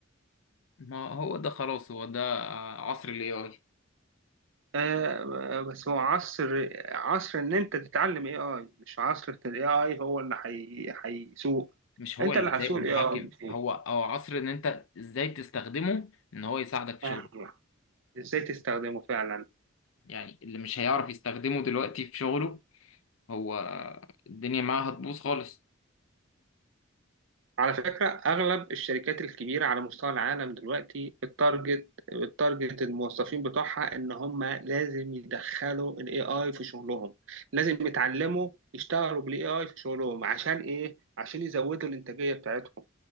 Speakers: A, on the left (about 70°); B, on the right (about 65°).
A: ما هو ده خلاص هو ده عصر الاي اي
B: آه بس هو عصر عصر ان انت تتعلم اي اي مش عصر ان الاي اي هو اللي هي- هيسوق
A: مش هو
B: انت
A: اللي
B: اللي هتسوق
A: سايق ومتحكم
B: الاي اي مش هو.
A: هو او عصر ان انت ازاي تستخدمه ان هو يساعدك في
B: فاهم
A: شغله
B: ازاي تستخدمه فعلا
A: يعني اللي مش هيعرف يستخدمه دلوقتي في شغله هو الدنيا معاه هتبوظ خالص
B: على فكرة اغلب الشركات الكبيرة على مستوى العالم دلوقتي التارجت التارجت الموظفين بتوعها ان هم لازم يدخلوا الاي اي في شغلهم لازم يتعلموا يشتغلوا بالاي اي في شغلهم عشان ايه عشان يزودوا الانتاجية بتاعتهم